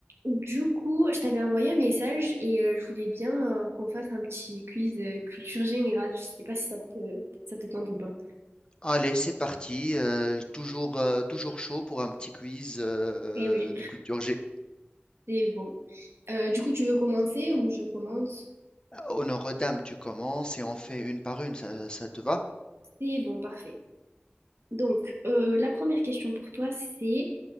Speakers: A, on the right (about 90°); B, on the left (about 20°).
A: Du coup, je t'avais envoyé un message et euh, je voulais bien euh, qu'on fasse un petit quiz euh, culture générale. Je sais pas si ça te, ça te tente ou pas.
B: Allez, c'est parti. euh, toujours, euh, toujours chaud pour un petit quiz euh,
A: Eh oui,
B: de culture G.
A: c'est bon. Euh, du coup, tu veux commencer ou je commence?
B: Honneur aux dames, tu commences et on fait une par une. Ça, ça te va?
A: C'est bon, parfait. Donc, euh, la première question pour toi, c'est